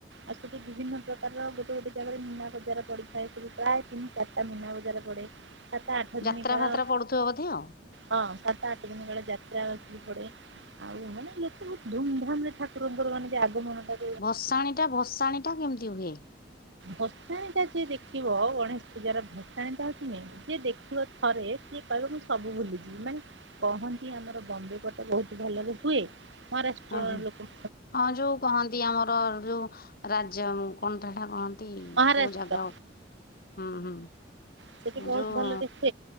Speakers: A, on the right (about 75°); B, on the left (about 50°).
A: ଆଉ ସେଠି ବିଭିନ୍ନ ପ୍ରକାରର ଗୋଟେ ଗୋଟେ ଜାଗାରେ ନିନା ବଜାର ପଡିଥାଏ। ସେଠ ପ୍ରାୟ ତିନି ଚାରି ମିନା ବଜାର ପଡ଼େ ଆତା ଆଠ
B: ଯାତ୍ରା
A: ଦିନିନ କାଳ
B: ଫାତ୍ରା ପଡୁଥିବ ବୋଧେ ଆଉ।
A: ହଁ ସାତ ଆଠ ଦିନ ବେଳେ ଯାତ୍ରା ଆସିଲି ପଡେ ଆଉ ମାନେ ଏତେ ବହୁତ ଧୁମଧାମ ରେ ଠାକୁରଙ୍କର ମାନେ ଆଗମନଟା
B: ଭସାଣି ଟା ଭସାଣି ଟା କେମିତି ହୁଏ।
A: ଭସାଣି ଟା ଯିଏ ଦେଖିବ ଗଣେଶ ପୂଜାର ଭସାଣିଟା ମେନ। ଯିଏ ଦେଖିବ ଥରେ ସିଏ କହିବ ମୁଁ ସବୁ ଭୁଲିଯିବି ମାନେ କହନ୍ତି ଆମର ବମ୍ବେ ପଟ ବହୁତ ଭଲରେ ହୁଏ। ମହାରାଷ୍ଟ୍ର
B: ହଁ ହଁ।
A: ଲୋକ
B: ହଁ ଯୋଉ କହନ୍ତି ଆମର ଯୋଉ ରାଜ କଣ ତ ହେଟା
A: ମହାରାଷ୍ଟ୍ର
B: ଜାଗା ହୁଁ ହୁଁ।
A: ସେଠି ବହୁତ
B: ଯୋଉ
A: ଭଲ ଦେ